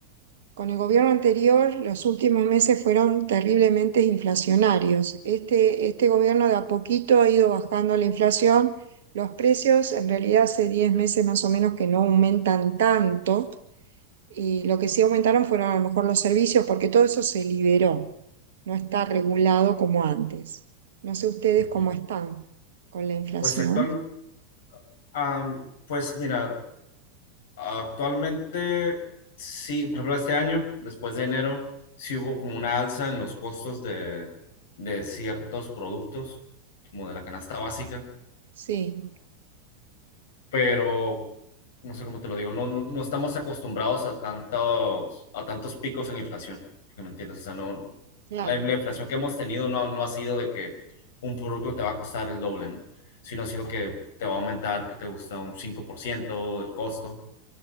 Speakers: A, on the right; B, on the left.
A: Con el gobierno anterior, los últimos meses fueron terriblemente inflacionarios. Este, este gobierno de a poquito ha ido bajando la inflación. Los precios, en realidad, hace 10 meses más o menos que no aumentan tanto. Y lo que sí aumentaron fueron a lo mejor los servicios, porque todo eso se liberó no está regulado como antes. No sé ustedes
B: Ok.
A: cómo están con la inflación.
B: Pues actual, am, pues mira, actualmente sí, por ejemplo, este año, después de enero, sí hubo como una alza en los costos de, de ciertos productos, como de la canasta básica.
A: Sí,
B: pero no sé cómo te lo digo, no, no, no estamos acostumbrados a tantos, a tantos picos en la inflación, que me entiendes, o sea, no,
A: claro,
B: la, la inflación que hemos tenido no, no ha sido de que un producto te va a costar el doble, ¿no? sino ha sido que te va a aumentar, que te gusta un 5% del costo,